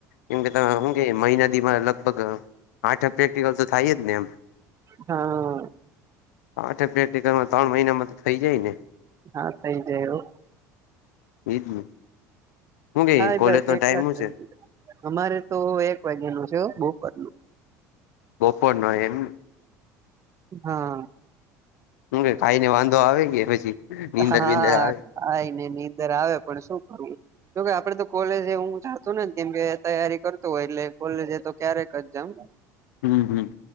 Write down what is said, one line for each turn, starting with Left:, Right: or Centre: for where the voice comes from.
Left: એમ કેમ કે હું કે મહિના દી માં લગભગ આઠ ક પ્રેક્ટિકલ તો થાય જ ને એમ.
Right: હા.
Left: આઠ એક પ્રેક્ટિકલમાં ત્રણ મહિનામાં તો થઈ જાય ને.
Right: હા, થઈ જાય હો.
Left: ઇ જ ને. હું કે
Right: હા
Left: કોલેજ
Right: બસ
Left: નો
Right: એટલા
Left: ટાઈમ હું
Right: જ <unintelligible>
Left: છે
Right: અમારે તો એક વાગ્યા નું છે બપોરનું.
Left: બપોરનો એમ ને.
Right: હા.
Left: હું કે ખાઈ ને વાંધો આવે કે પછી? નીંદર
Right: હા
Left: બીંદર આવે
Right: ખાઈને નીંદર આવે પણ શું કરીએ? જોકે આપડે તો કોલેજ હું જાતો ને જેમ કે તૈયારી કરતું હોય એટલે કોલેજે તો ક્યારેક જ જાવ.
Left: હમ્મ, હમ્મ.